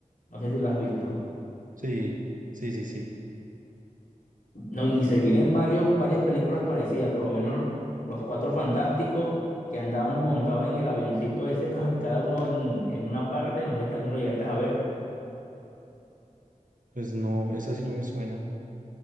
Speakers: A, on the left; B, on the right.
A: No sé si lo has visto.
B: sí, sí, sí, sí.
A: No, y se vienen varios, varias películas parecidas, por lo menos los Cuatro Fantásticos que andaban montados en el avioncito ese, <laughs> cada uno en, en una parte, no sé si también lo llegaste a ver.
B: Pues no, esa sí no me suena.